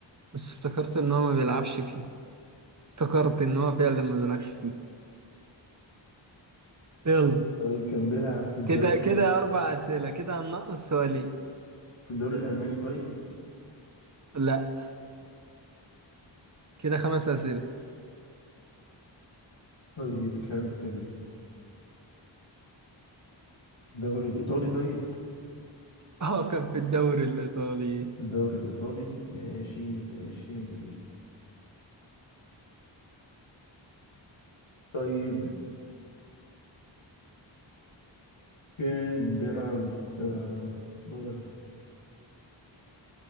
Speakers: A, on the right; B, on the left.
A: بس افتكرت ان هو ما بيلعبش فيه افتكرت ان هو فعلا ما بيلعبش فيه يلا
B: طيب كان بيلعب في الدوري
A: كده كده أربع أسئلة كده هننقص سؤالين
B: في الدوري الالماني طيب
A: لا كده خمس أسئلة
B: طيب كان في الدوري الايطالي طيب
A: <laughs> اه كان في الدوري الإيطالي
B: في الدوري الايطالي ماشي ماشي ماشي طيب كان بيلعب آه، اسمه إيه ده؟